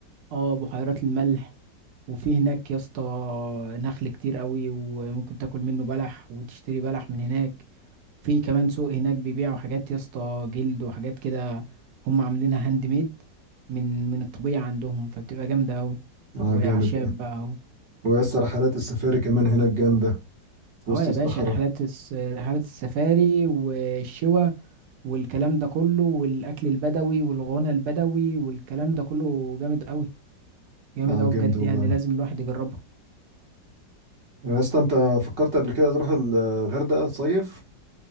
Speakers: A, on the right; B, on the right.
A: اه بحيرات الملح وفي هناك يا اسطى نخل كتير قوي وممكن تاكل منه بلح وتشتري بلح من هناك في كمان سوق هناك بيبيعوا حاجات يا اسطى جلد وحاجات كده هم عاملينها هاند ميد من من الطبيعة عندهم فبتبقى جامدة قوي
B: اه
A: وأعشاب
B: جامد ده
A: بقى و-
B: ويا اسطى رحلات السفاري كمان هناك جامده في وسط
A: اه يا
B: الصحراء
A: باشا رحلات الس... رحلات السفاري والشوا والكلام ده كله والأكل البدوي والغنى البدوي والكلام ده كله جامد قوي جامد
B: اه
A: قوي
B: جامده
A: بجد
B: والله
A: يعني لازم الواحد يجربها
B: يا اسطى انت فكرت قبل كده تروح الغردقه صيف